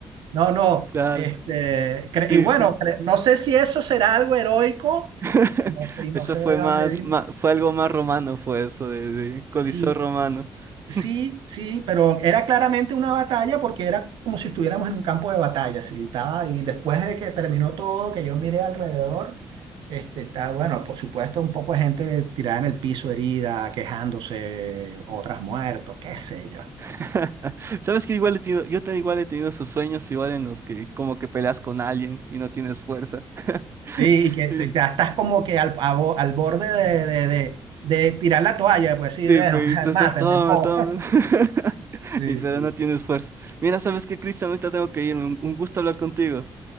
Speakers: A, on the right; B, on the right.
A: No, no.
B: Claro,
A: Este, cre-
B: sí,
A: y bueno,
B: sí.
A: cre- no sé si eso será algo heroico,
B: <laughs>
A: no sé, y
B: Eso
A: no sé
B: fue
A: de dónde
B: más,
A: vino.
B: ma- fue algo más romano, fue eso, de, de Coliseo
A: Sí,
B: romano. <laughs>
A: sí, sí, pero era claramente una batalla porque era como si estuviéramos en un campo de batalla, sí, estaba, y después de que terminó todo, que yo miré alrededor, este, está, bueno, por supuesto, un poco de gente tirada en el piso, herida, quejándose, otras muertos, qué sé yo.
B: <laughs> Sabes que igual he tenido, yo te, igual he tenido esos sueños igual en los que como que peleas con alguien y no tienes fuerza. <laughs>
A: Sí, y que
B: Y-
A: te, te- estás como que al, a bo- al borde de, de, de- de tirar la toalla, pues sí,
B: Sí,
A: bueno,
B: pero
A: <laughs>
B: y tú
A: mátenme,
B: estás toma,
A: no.
B: toma.
A: <laughs>
B: <laughs>
A: Sí,
B: Y pero
A: sí,
B: no
A: sí.
B: tienes fuerza. Mira, ¿sabes qué, Cristian? Ahorita tengo que irme. Un un gusto hablar contigo.